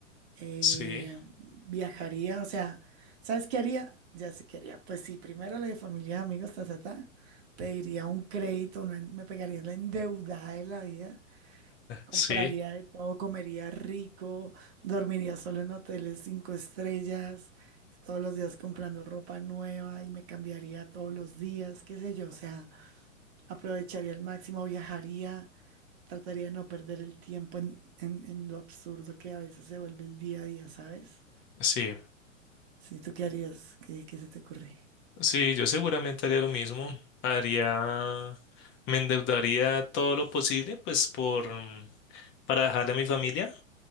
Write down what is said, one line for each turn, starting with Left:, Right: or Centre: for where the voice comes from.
Right: Eh,
Left: Sí,
Right: viajaría, o sea, ¿sabes qué haría? Ya sé qué haría. Pues sí, primero la de familia, amigos, ta, ta, ta. Pediría un crédito, una- me pegaría la endeudada de la vida Compraría
Left: sí,
Right: de todo, comería rico, dormiría solo en hoteles cinco estrellas, todos los días comprando ropa nueva y me cambiaría todos los días, qué sé yo, o sea, aprovecharía al máximo, viajaría, trataría de no perder el tiempo en, en- en lo absurdo que a veces se vuelve el día a día, ¿sabes?
Left: sí.
Right: Sí, ¿tú qué harías? ¿Qué, qué se te ocurre?
Left: Sí, yo seguramente haría lo mismo. Haría, me endeudaría todo lo posible, pues, por, mm, para dejarle a mi familia.